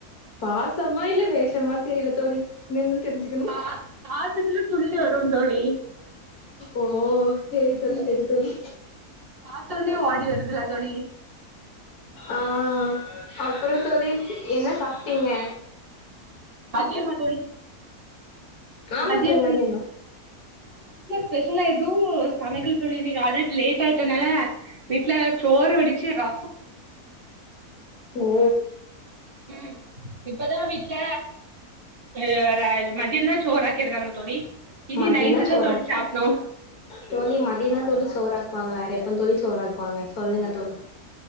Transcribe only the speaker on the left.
பாசமா இல்ல வேஷமா தெரியல தோழி இனிமேதா தெரிஞ்சுக்கணு
ஓ சேரி தோழி
சேரி தோழி
ஆ அப்பறோ தோழி என்ன சாப்ட்டீங்க
ஆமா
தோழி மதியந்தா
ஓ
மதியந்தா
சோறாக்கு
தோழி மதியம்தா தோழி சோறாக்குவாங்க வேற எப்ப தோழி சோறாக்குவாங்க சொல்லுங்க தோழி